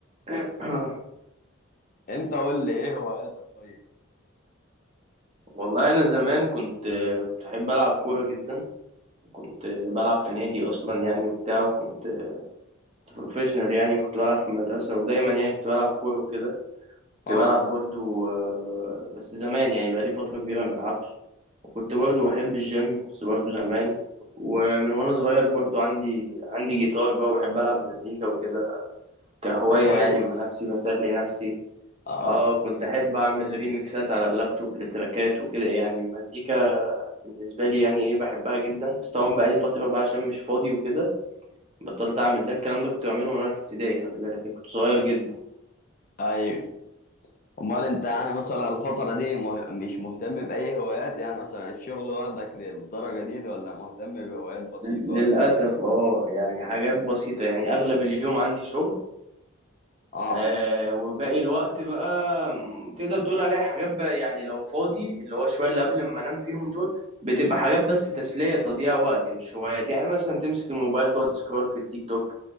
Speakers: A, on the right; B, on the left.
A: <clears throat>
B: أنت قول لي إيه هواياتك طيب؟
A: والله انا زمان كنت آه، كنت احب العب كورة جدا كنت آه، بلعب في نادي اصلا يعني وبتاع وكنت بروفيشنال يعني وكنت بلعب في المدرسة ودايما يعني كنت بلعب كورة وكده كنت
B: اه
A: بلعب برضو آه، بس زمان يعني بقالي فترة كبيرة ما بلعبش وكنت برضو بحب الجيم بس برضو زمان ومن وانا صغير برضو عندي عندي جيتار بقى وبحب العب مزيكا وكده كهواية
B: ده كويس
A: يعني مع نفسي بسلي نفسي
B: اه
A: اه كنت احب اعمل ريميكسات على اللابتوب لتراكات وكده يعني المزيكا بالنسبة لي يعني ايه بحبها جدا بس طبعا بقالي فترة بقى عشان مش فاضي وكده بطلت اعمل ده الكلام ده كنت بعمله وانا في ابتدائي خلي بالك يعني كنت صغير جدا
B: ايوه امال انت يعني مثلا الفترة دي مه... مش مهتم بأي هوايات يعني مثلا الشغل واخدك للدرجة دي ده ولا مهتم بهوايات بسيطة
A: للأسف
B: ولا ايه الدنيا
A: اه يعني حاجات بسيطة يعني أغلب اليوم عندي شغل
B: اه
A: آه وباقي الوقت بقى م، تقدر تقول عليها حاجات بقى يعني لو فاضي اللي هو شوية اللي قبل ما انام فيهم دول بتبقى حاجات بس تسلية تضييع وقت مش هوايات يعني مثلا تمسك الموبايل تقعد تسكرول في التيك توك